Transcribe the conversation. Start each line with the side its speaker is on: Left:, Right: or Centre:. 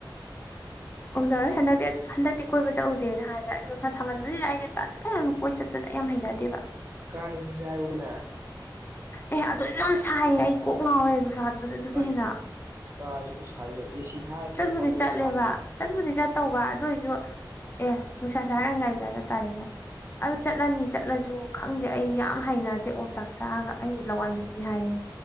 Left: ꯎꯅꯔ ꯍꯟꯅꯗꯛ ꯗꯦꯠ ꯍꯟꯗꯛꯇꯤ ꯀꯣꯏꯕ ꯆꯧꯁꯦꯅ ꯍꯥꯏꯕ ꯑꯩꯗꯣ ꯁꯥꯃꯟꯕꯁꯤꯗ ꯑꯩꯗꯤ ꯇꯟꯕ ꯌꯥꯝ ꯀꯣꯏ ꯆꯠꯄꯁꯦ ꯑꯩꯌꯥꯝ ꯍꯩꯅꯗꯦꯕ
Right: ꯀꯥꯔꯗ ꯆꯠꯁꯦ ꯍꯥꯏꯌꯨꯗꯅ
Left: ꯑꯦ ꯑꯗꯨꯑꯣꯏꯁꯨ ꯌꯥꯝ ꯁꯥꯏꯌꯦ ꯑꯩ ꯀꯣꯛ ꯉꯥꯎꯋꯦ ꯅꯨꯡꯁꯥ ꯗꯨ ꯗꯨꯗ
Right: ꯑꯦ
Left: ꯍꯦꯟꯅ
Right: ꯀꯥꯔ ꯆꯠꯄ ꯁꯥ ꯌꯥꯏ ꯑꯦꯁꯤ ꯊꯥꯔ ꯆꯠ
Left: ꯆꯠꯄꯨꯗꯤ
Right: ꯊꯧꯕꯗꯣ
Left: ꯆꯠꯂꯦꯕ
Right: ꯁꯥꯗꯦꯃꯤ
Left: ꯆꯠꯄꯨꯗꯤ ꯆꯠꯇꯧꯕ ꯑꯗꯨ ꯑꯣꯏꯖꯨ ꯑꯦ ꯅꯨꯡꯁꯥ ꯁꯥꯔꯥ ꯒꯥꯔꯤ ꯃꯆꯥ ꯆꯠ ꯇꯥꯔꯦꯅꯦ ꯑ ꯆꯠꯂꯅꯤ ꯆꯠꯂꯁꯨ ꯈꯪꯗꯦ ꯑꯩ ꯌꯥꯝ ꯍꯩꯅꯗꯦ ꯑꯣꯝꯆꯥꯛ ꯆꯥꯛꯑꯒ ꯑꯩꯕꯨ ꯂꯋꯥꯏ ꯅꯨꯄꯤ ꯍꯥꯏꯌꯦ